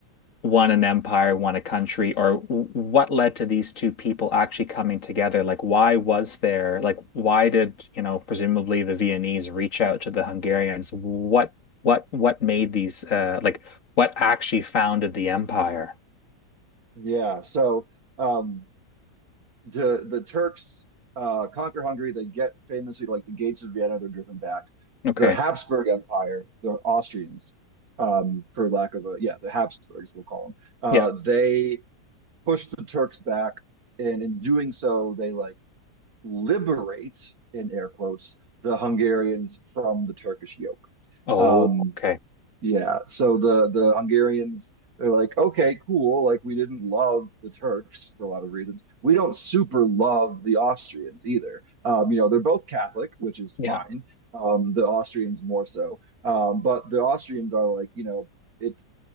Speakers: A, on the left; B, on the right.
A: one an empire, one a country, or what led to these two people actually coming together? Like, why was there, like, why did, you know, presumably the Viennese reach out to the Hungarians? What, what, what made these, uh, like, what actually founded the empire?
B: Yeah. So um, the the Turks uh, conquer Hungary. They get famously like the gates of Vienna. They're driven back.
A: Okay.
B: The Habsburg Empire, the Austrians, um, for lack of a yeah, the Habsburgs we'll call them. Uh,
A: Yeah.
B: they push the Turks back, and in doing so, they like liberate in air quotes the Hungarians from the Turkish yoke.
A: Oh,
B: Um,
A: okay.
B: Yeah, so the the Hungarians they're like, okay, cool. Like we didn't love the Turks for a lot of reasons. We don't super love the Austrians either. Um, you know, they're both Catholic, which is
A: Yeah.
B: fine. Um, the Austrians more so, um, but the Austrians are like, you know, it's